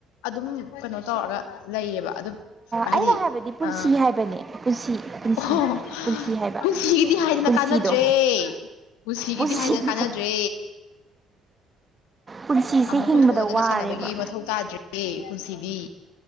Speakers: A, on the left; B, on the right.
A: ꯑꯗꯨꯝ ꯀꯩꯅꯣ ꯇꯧꯔꯒ ꯂꯩꯌꯦꯕ ꯑꯗꯨꯝ ꯍꯥꯏꯗꯤ
B: ꯑꯩꯅ ꯍꯥꯏꯕꯗꯤ ꯄꯨꯟꯁꯤ
A: ꯑ
B: ꯍꯥꯏꯕꯅꯦ ꯄꯨꯟꯁꯤ ꯄꯨꯟꯁꯤ
A: ꯑꯣ
B: ꯄꯨꯟꯁꯤ ꯍꯥꯏꯕ
A: ꯄꯨꯟꯁꯤꯒꯤꯗꯤ ꯍꯥꯏꯗꯅ
B: ꯄꯨꯟꯁꯤꯗꯣ
A: ꯀꯥꯟꯅꯗ꯭ꯔꯦ ꯄꯨꯟꯁꯤꯒꯤꯗꯤ
B: ꯄꯨꯟꯁꯤꯗꯣ
A: ꯍꯥꯏꯗꯅ ꯀꯥꯟꯅꯗ꯭ꯔꯦ
B: ꯄꯨꯟꯁꯤꯁꯦ
A: ꯑꯃꯨꯛ
B: ꯍꯤꯡꯕꯗ
A: ꯄꯨꯊꯣꯛꯅꯗꯅ
B: ꯋꯥꯔꯦꯕ
A: ꯁꯥꯟꯅꯕꯒꯤ ꯃꯊꯧ ꯇꯥꯗ꯭ꯔꯦ ꯄꯨꯟꯁꯤꯗꯤ